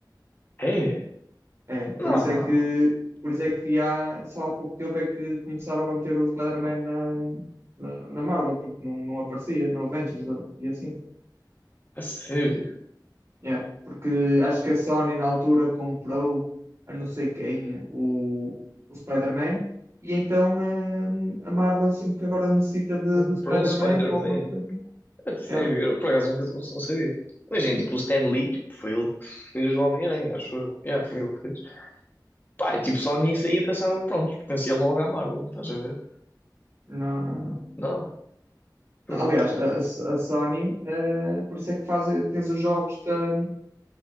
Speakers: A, on the left; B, on the right.
A: é.
B: É, por
A: Não,
B: isso é que, por isso é que há, só há pouco tempo é que começaram a meter o Spider-Man na, na, na Marvel, porque não, não aparecia no Avengers eh, e assim.
A: a sério.
B: Yeah, porque acho que a Sony na altura comprou a não sei quem o, o Spider-Man e então hum, a Marvel sempre que agora necessita de,
A: Comprou
B: do Spider-Man
A: o Spider-Man.
B: para alguma coisa.
A: A sério.
B: Yeah.
A: Eu, por acaso nunca- não, não sabia. Mas, gente, tipo, o Stan Lee, tipo, foi ele que fez o Homem-Aranha, acho eu. Yeah, foi ele que fez. Pá, e, tipo, só nisso aí eu pensava, pronto, pertencia logo à Marvel, estás a ver?
B: Não, não, não.
A: Não. Pronto.
B: Aliás, a, a- a Sony, eh, por isso é que faz, tens os jogos da,